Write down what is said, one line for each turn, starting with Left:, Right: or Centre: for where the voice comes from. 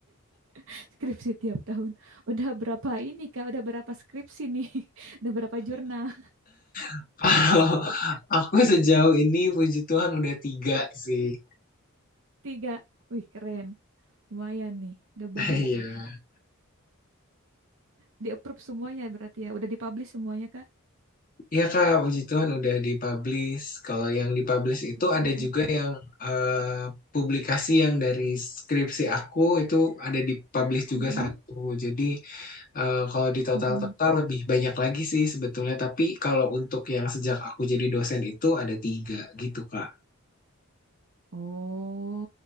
Right: Skripsi tiap tahun. Udah berapa ini Kak? Udah berapa skripsi nih? <laughs> Udah berapa jurnal?
Left: <laughs> Kalau aku sejauh ini, puji Tuhan udah tiga sih.
Right: <laughs> Tiga. Wih, keren. Lumayan nih. Udah
Left: <laughs>
Right: banyak.
Left: Iya.
Right: Di approve semuanya berarti ya. Udah dipublish semuanya Kak?
Left: Iya, Kak. Puji Tuhan udah dipublish. Kalau yang dipublish itu
Right: Mm-mm.
Left: ada juga yang eh, publikasi yang dari skripsi aku itu ada dipublish juga
Right: Mm-mm.
Left: satu. Jadi, Eh, kalau di total-total
Right: Mm-mm.
Left: lebih banyak lagi sih sebetulnya, tapi kalau untuk yang sejak aku jadi dosen itu ada tiga gitu, Kak.
Right: Oh,